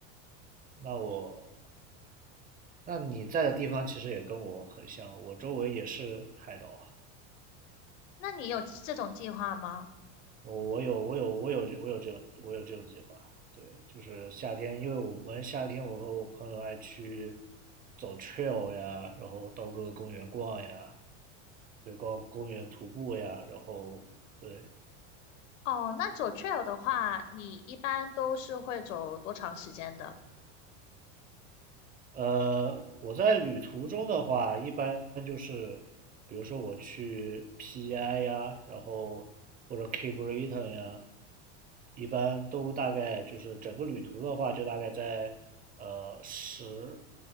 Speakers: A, on the right (about 25°); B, on the left (about 80°).
A: 那我，那你在的地方其实也跟我很像，我周围也是海岛啊。
B: 那你有这这种计划吗？
A: 我我有我有我有我有这种我有这种计划，对，就是夏天，因为我们夏天我和我朋友爱去走 trail 呀，然后到各个公园逛呀，对，逛公园徒步呀，然后对，
B: 哦，那走 trail 的话，你一般都是会走多长时间的？
A: 呃，我在旅途中的话，一般就是比如说我去 PI 呀，然后或者 K. a b r i t o n 呀，一般都大概就是整个旅途的话，就大概在呃十